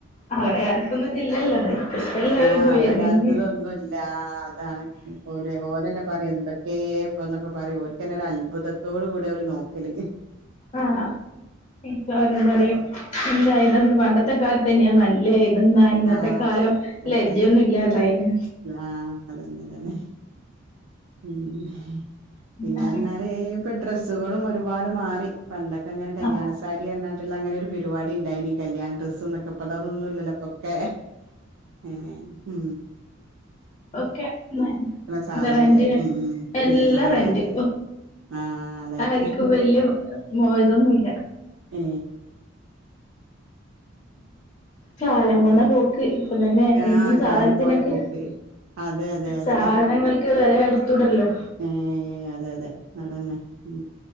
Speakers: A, on the left (about 30°); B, on the right (about 75°).
A: അവരെ കാലത്തൊന്നും ഇതില്ലല്ലോ ഇപ്പ ഇപ്പ എല്ലാവരും
B: ആ അവരെ
A: വരുന്നേ
B: കാലത്ത് ഇതൊന്നുല്ല അതാണ് ഓലെ ഓലെന്നെ പറയും എന്തൊക്കേപ്പൊന്നൊക്ക പറിം ഓൽകെന്നെ ഒരത്ഭുതം അതോട കൂടെ നോക്കല്
A: ആഹ് എപ്പ അവര പറയും എന്തായി പണ്ടത്തെ കാലത്തെന്ന്യാ നല്ലേ അതന്നാ ഇന്നത്തെ
B: ആഹ്
A: കാലം
B: അതെ
A: ലജ്ജൊന്നുല്ലാതായിന്
B: അതെ ആഹ് അതന്നെ അതന്നെ ഉം പിന്നെർഞാല്
A: ആഹ്
B: ഇപ്പൊ ഡ്രെസ്സുകളും ഒരുപാട് മാറി പണ്ടൊക്കെ അങ്ങന കല്യാണ
A: ആഹ്
B: സാരി അർഞാട്ടുള്ള അങ്ങനെ ഒരു പരിപാടി ഇണ്ടായിനി കല്യാണ ഡ്രസ്സ്ന്നൊക്കെ ഇപ്പ അതൊന്നുല്ലല്ലോ ഓക്കെ ഉ
A: ഓക്കെ എന്ന
B: സാധനല്ലേ
A: റെന്റിന്
B: ഉം
A: എല്ലാ
B: ഉം ആഹ്
A: റെന്റ്
B: അതെ അതെ ആഹ് അതെ അതെ
A: ആരിക്കും വെല്ല്യെ മോ ഇതൊന്നുല്ല
B: ഏ
A: കാലം
B: ഉം
A: പോണ പോക്ക് തന്നെ
B: ആഹ്
A: സാധനത്തിനൊക്കെ
B: കാലം പോയ പോക്ക് അതെ അതെ അതെ
A: സാധനങ്ങൾക്ക് വെല എടുത്തൂടല്ലോ
B: ഏ അതെ അതെ അല്ലതന്നെ ഉ